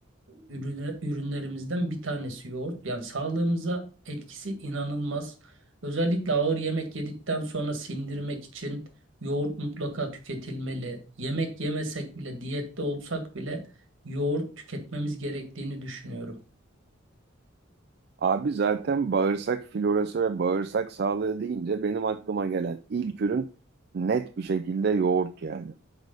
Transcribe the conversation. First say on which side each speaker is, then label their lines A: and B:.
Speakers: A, on the right (about 75°); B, on the right (about 50°).
A: ürüne- ürünlerimizden bir tanesi yoğurt. Yani sağlığımıza etkisi inanılmaz. Özellikle ağır yemek yedikten sonra sindirmek için yoğurt mutlaka tüketilmeli. Yemek yemesek bile, diyette olsak bile yoğurt tüketmemiz gerektiğini düşünüyorum.
B: Abi zaten bağırsak florası ve bağırsak sağlığı deyince benim aklıma gelen ilk ürün net bir şekilde yoğurt yani.